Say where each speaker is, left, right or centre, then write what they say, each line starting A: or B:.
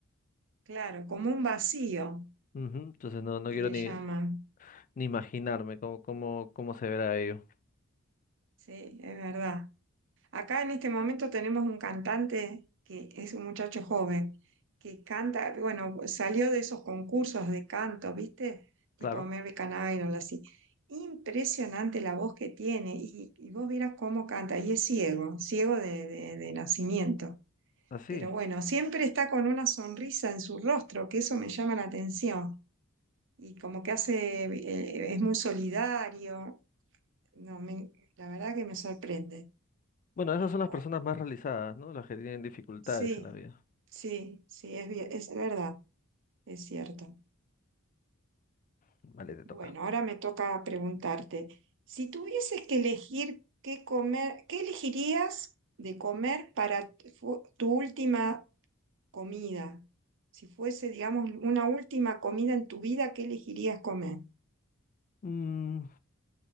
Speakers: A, on the right; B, on the left.
A: claro, como un vacío
B: Ujú, Entonces no, no
A: que
B: quiero
A: le
B: ni,
A: llaman,
B: ni imaginarme cómo, cómo, cómo se verá ello.
A: sí, es verdad. Acá en este momento tenemos un cantante que es un muchacho joven, que canta, bueno, salió de esos concursos de canto, ¿viste? Tipo
B: Claro,
A: American Idol, así. Impresionante la voz que tiene y, y vos vieras cómo canta. Y es ciego, ciego de, de- de nacimiento.
B: así.
A: Pero
B: es.
A: bueno, siempre está con una sonrisa en su rostro, que eso me llama la atención. Y como que hace, eh, es muy solidario. No, me- la verdad que me sorprende.
B: Bueno, esas son las
A: Bueno.
B: personas más realizadas, ¿no? Las que tienen dificultades
A: Sí,
B: en la vida.
A: sí, sí, es, vie- es verdad, es cierto.
B: Vale, te
A: Bueno,
B: toca.
A: ahora me toca preguntarte, si tuvieses que elegir qué comer, ¿qué elegirías de comer para tu, fu- tu última comida? Si fuese, digamos, una última comida en tu vida, ¿qué elegirías comer?
B: Mm,